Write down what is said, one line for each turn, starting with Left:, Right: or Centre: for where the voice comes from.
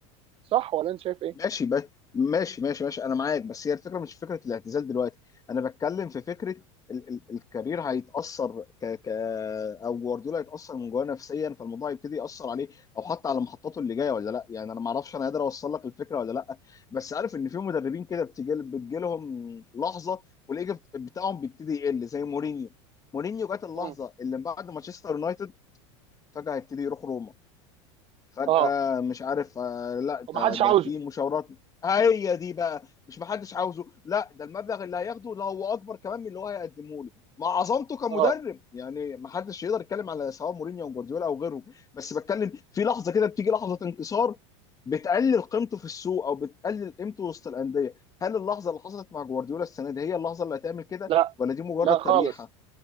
Right: صح ولا انت شايف ايه؟
Left: ماشي بس ماشي ماشي ماشي انا معاك بس هي الفكره مش فكره الاعتزال دلوقتي انا بتكلم في فكره ال ال الكارير هيتاثر ك ك او جوارديولا هيتاثر من جواه نفسيا فالموضوع هيبتدي ياثر عليه او حتى على محطاته اللي جايه ولا لا يعني انا ما اعرفش انا قادر اوصل لك الفكره ولا لا بس عارف ان في مدربين كده بتجي بتجي لهم لحظه والايجو بت- بتاعهم بيبتدي يقل زي مورينيو مورينيو جات اللحظه
Right: مم.
Left: اللي بعد مانشستر يونايتد فجاه هيبتدي يروح روما فجأة
Right: اه
Left: مش عارف آه، لا ده
Right: وما حدش
Left: ده
Right: عاوزه
Left: في مشاورات هي دي بقى مش محدش عاوزه لا ده المبلغ اللي هياخده ده هو اكبر كمان من اللي هو هيقدمه لي مع عظمته كمدرب
Right: اه
Left: يعني محدش يقدر يتكلم على سواء مورينيو او جوارديولا او غيرهم بس بتكلم في لحظه كده بتيجي لحظه انكسار بتقلل قيمته في السوق او بتقلل قيمته وسط الانديه هل اللحظه اللي حصلت مع جوارديولا السنه دي هي اللحظه اللي هتعمل كده
Right: لا
Left: ولا دي مجرد
Right: لا خالص
Left: تريحه؟